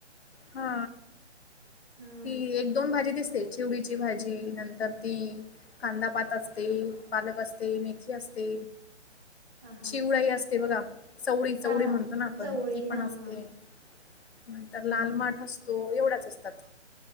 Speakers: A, on the left; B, on the right.
A: हा
B: हा
A: की एक दोन भाजी दिसते चिवडीची भाजी नंतर ती कांदापात असते पालक असते मेथी असते
B: हा हा
A: चिवळाई
B: हा
A: असते बघा चवळी चवडी
B: हा हा.
A: म्हणतो ना आपण
B: चवळी
A: ती
B: हा
A: पण असते
B: हा
A: नंतर
B: हम्म
A: लालमाट
B: हम्म हम्म.
A: नसतो एवढाच असतात